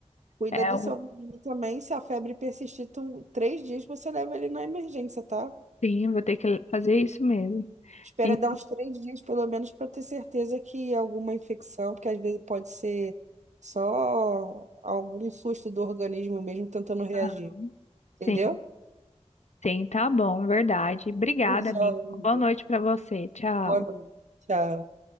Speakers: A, on the right (about 75°); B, on the left (about 70°).
A: cuida
B: é
A: do
B: o...
A: seu menino também. Se a febre persistir tu- três dias, você leva ele na emergência, tá?
B: Sim, vou ter que fazer isso mesmo.
A: Espera
B: Então,
A: dar uns três dias, pelo menos, para ter certeza que alguma infecção, porque às vezes pode ser só algum susto do organismo mesmo tentando reagir.
B: tá.
A: Entendeu?
B: sim, sim, tá bom, verdade. Obrigada,
A: Beijão,
B: amigo.
A: amiga.
B: Boa noite para você. Tchau.
A: Boa noite. Tchau.